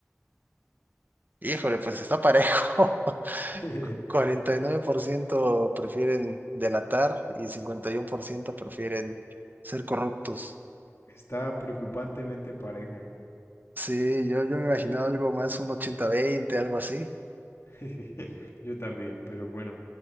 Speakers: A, on the right (about 35°); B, on the left (about 60°).
A: Híjole, pues está parejo. <laughs>
B: <laughs>
A: 49% prefieren delatar y 51% prefieren ser corruptos.
B: Está preocupantemente parejo.
A: Sí, yo, yo me imaginaba algo más, un ochenta veinte, algo así.
B: <laughs> Yo también, pero bueno.